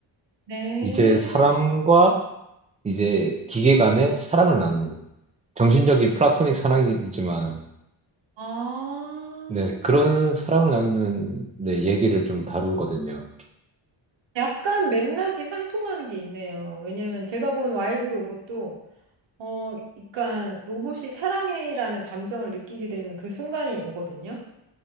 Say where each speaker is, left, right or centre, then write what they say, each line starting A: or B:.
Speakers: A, on the right; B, on the right.
A: 네.
B: 이제 사람과 이제 기계 간의 사랑을 나누는 정신적인 플라토닉 사랑이지만
A: 아.
B: 네, 그런 사랑을 나누는 네, 얘기를 좀 다루거든요.
A: 약간 맥락이 상통하는 게 있네요. 왜냐면 제가 본 와일드 로봇도 어, 그러니까 로봇이 사랑해라는 감정을 느끼게 되는 그 순간이 오거든요.